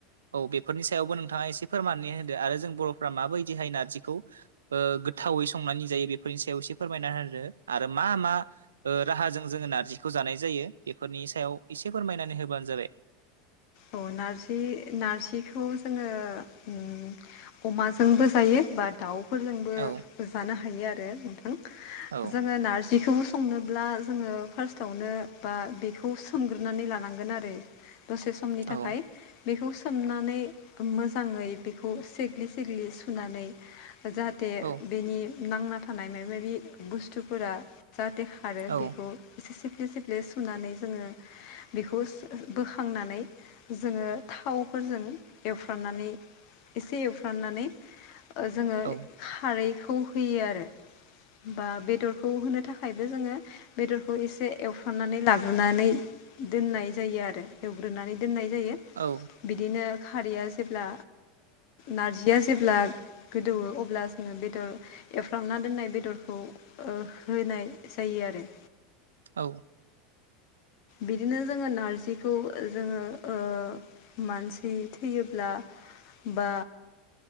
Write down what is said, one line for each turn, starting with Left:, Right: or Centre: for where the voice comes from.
Right: औ बेफोरनि सायावबो नोंथाङा एसे फोरमनानै होदो आरो जों बर'फ्रा माबायदिहाय नारजिखौ ओ गोथावै संनानै जायो बेफोरनि सायाव एसे फोरमायना होदो आरो मा मा ओ राहाजों जोङो नारजिखौ जानाय जायो बेफोरनि सायाव एसे फोरमायनानै होबानो जाबाय।
Left: औ नारजि नारजिखौ जोङो ओम अमाजोंबो जायो बाट दाउफोरजोंबो
Right: औ
Left: जानो हायो आरो नोंथां
Right: औ
Left: जोङो नारजिखौ संनोब्ला जोङो फार्स्टआवनो बा बेखौ सोमग्रोनानै लानांगोन आरो। दसे समनि
Right: औ
Left: थाखाय बेखौ सोमनानै मोजाङै बेखौ सेग्लि सेग्लि सुनानै जाहा थे
Right: औ
Left: बेनि नांना थानाय माबि माबि बुस्थुफोरा जाहाथे खारो
Right: औ
Left: बेखौ एसे सिफ्ले सिफ्ले सुनानै जोङो बेखौ बोखांनानै जोङो थावफोरजों एवफ्राननानै एसे एवफ्राननानै ओ जोङो
Right: औ
Left: खारैखौ होयो आरो बा बेदर खौ होनो थाखायबो जोङो बेदरखौ एसे एवफ्रामनानै लाग्रोनानै दोननाय जायो आरो एवग्रोनानै दोननाय जायो।
Right: औ
Left: बिदिनो खारैया जेब्ला नारजिया जेब्ला गोदौवो अब्ला जोङो बेदर एफ्राव ना दोननाय बेदरखौ ओ होनाय जायो आरो।
Right: औ
Left: बिदिनो जोङो नारजिखौ जोङो ओ मानसि थैयोब्ला बा